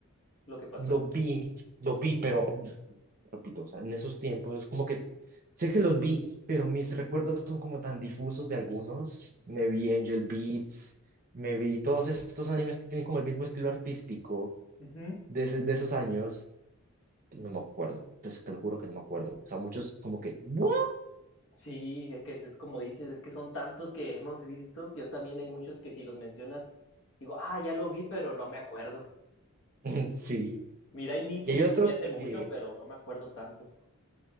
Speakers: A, on the left (about 60°); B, on the right (about 40°).
A: lo que pasó.
B: Lo vi, lo vi, pero repito, o sea, en esos tiempos es como que sé que los vi, pero mis recuerdos son como tan difusos de algunos. Me vi Angel Beats, me vi todos estos animes que tienen como el mismo estilo artístico
A: Ujú.
B: de, ese- de esos años. No me acuerdo, entonces te lo juro que no me acuerdo. O sea, muchos como que, ¿what?
A: Sí, es que es como dices, es que son tantos que hemos visto. Yo también hay muchos que si los mencionas, digo, ah, ya lo vi, pero no me acuerdo.
B: <laughs> Sí.
A: Mira, y Nicky
B: Y hay
A: lo
B: otros
A: vi hace
B: que
A: mucho, pero no me acuerdo tanto.